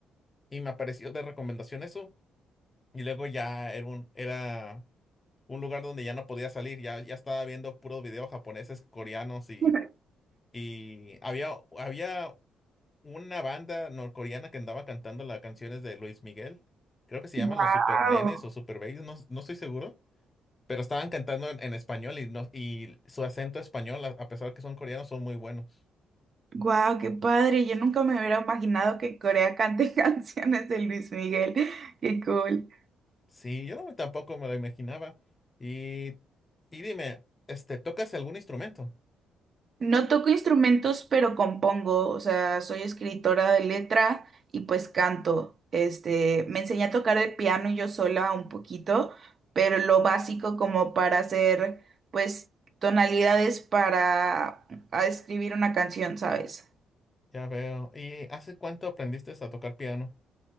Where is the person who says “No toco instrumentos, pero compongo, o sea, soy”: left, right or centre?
Right